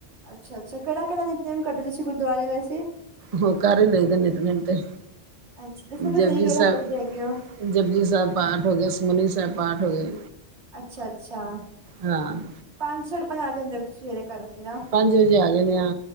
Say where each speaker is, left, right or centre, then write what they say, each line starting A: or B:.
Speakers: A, on the right (about 85°); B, on the right (about 40°).
A: ਅੱਛਾ- ਅੱਛਾ ਕਿਹੜਾ-ਕਿਹੜਾ ਨਿਤ-ਨੇਮ ਕਰਦੇ ਤੁਸੀਂ ਗੁਰਦੁਆਰੇ ਵੈਸੇ।
B: ਹੋ ਕਰ ਹੀ ਲਈਦਾ ਨਿਤ-ਨੇਮ ਤੇ
A: ਅੱਛਾ ਦੱਸੋ ਤਾਂ
B: 'ਜਪਜੀ
A: ਸਹੀ ਕਿਹੜਾ
B: ਸਾਹਿਬ'।
A: ਕਰਦੇ ਹੈਗੇ ਹੋ
B: 'ਜਪਜੀ ਸਾਹਿਬ' ਪਾਠ ਹੋ ਗਿਆ 'ਸੁਖਮਨੀ ਸਾਹਿਬ' ਪਾਠ ਹੋ ਗਿਆ।
A: ਅੱਛਾ- ਅੱਛਾ
B: ਹਾਂ
A: ਪੰਜ, ਸਾਢੇ ਪੰਜ ਆ ਜਾਂਦੇ ਹੋ ਤੁਸੀ ਸਵੇਰੇ ਕਰਕੇ।
B: ਪੰਜ ਵਜੇ ਆ ਜਾਨੇ ਆ,